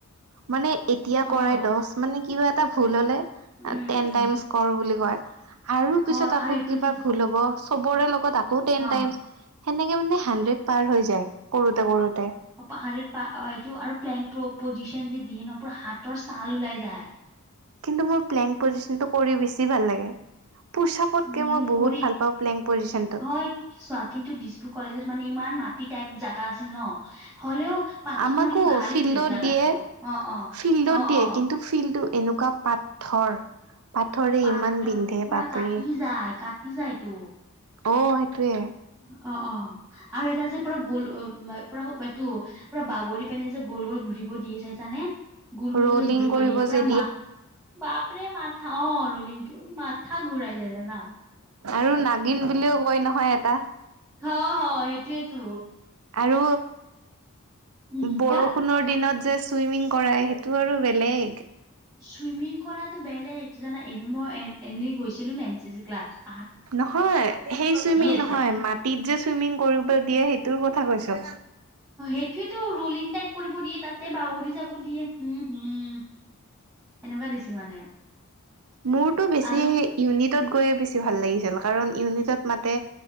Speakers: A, on the right (about 80°); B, in the centre.
A: মানে এতিয়া
B: কৰি
A: কৰাই
B: লও
A: দশ, মানে কি হয় কিবা এটা ভুল হ'লে
B: উম
A: টেন
B: উম
A: টাইমছ কৰ বুলি কয়। আৰু
B: হয়
A: পিছত আকৌ
B: আৰু এইটো
A: কিবা
B: যে
A: ভুল হ'ব। সবৰে লগত আকৌ টেন
B: অ
A: টাইমছ। হেনেকে মানে হাণ্ড্ৰেড পাৰ হৈ যায়, কৰোঁতে কৰোঁতে।
B: পাহাৰৰ পৰা, এইটো আৰু প্লেং পজিচন যে দিয়ে ন! পুৰা হাতৰ ছাল ওলাই যায়।
A: কিন্তু মোৰ প্লেং পজিচনটো কৰি বেছি ভাল লাগে। পুছআপতকে
B: উম
A: মই বহুত
B: কৰি
A: ভাল পাওঁ প্লেং পজিচনটো।
B: হয় চোৱা কিন্তু, দিছপুৰ কলেজত মানে ইমান মাটি টাইপ জাগা আছিল ন! হ'লেও পাত
A: আমাকো
B: মানে কি ভালেই
A: ফিল্ডত
B: যে জেগাতো।
A: দিয়ে
B: অ' অ'।
A: ফিল্ডত
B: অ'
A: দিয়ে
B: অ'।
A: কিন্তু ফিল্ডটো এনেকুৱা পাথৰ পাথৰে
B: পাতত
A: ইমান বিন্ধে
B: পুৰা
A: বাপৰে
B: কাটি যায় কাটি যায়টো
A: অ সেইটোৱে।
B: অ অ আৰু এটা যে পুৰা গল পৰা এইটো পুৰা বাগৰি পেনে যে গৌল গৌল ঘূৰিব দিয়ে চাইছানে? গুল গুলকে
A: ৰলিং
B: যে ঘূৰিব
A: কৰিব
B: দিয়ে পুৰা
A: যে
B: মা বাপৰে মাথা অ ৰোলিংটো মাথা ঘূৰাই যায় জানা?
A: আৰু নাগিন বুলিও কয় নহয় এটা।
B: হ হ সেইটোৱেটো।
A: আৰু
B: উম,
A: বৰষুণৰ
B: কোৱা
A: দিনত যে ছুইমিং কৰাই সেইটো আৰু বেলেগ
B: চুইমিং কৰাটো বেলেগ এইটো জানা এই মই এনেই গৈছিলো নে এন চি চি ক্লাছত
A: নহয় সেই চুইমিং
B: আছে
A: নহয় মাত ত যে চুইমিং কৰিব দিয়ে সেইটোৰ কথা কৈছোঁ
B: এইটোয়েতো ৰোলিং টাইপ কৰিব দিয়ে তাতে বাগৰি যাব দিয়ে উম হম এনেকুৱা দিছিল মানে
A: মোৰটো বেছি
B: আৰু
A: ইউনিটত গৈয়ে বেছি ভাল লাগিছিল কাৰণ ইউনিটত মাতে